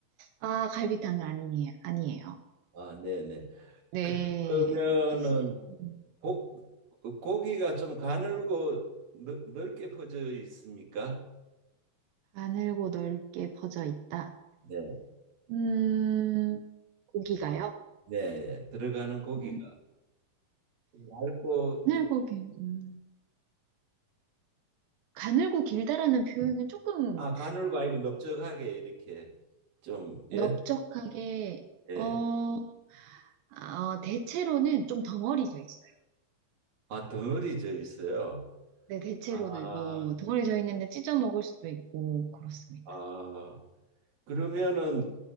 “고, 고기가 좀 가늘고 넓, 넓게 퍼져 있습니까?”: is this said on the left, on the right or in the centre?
Right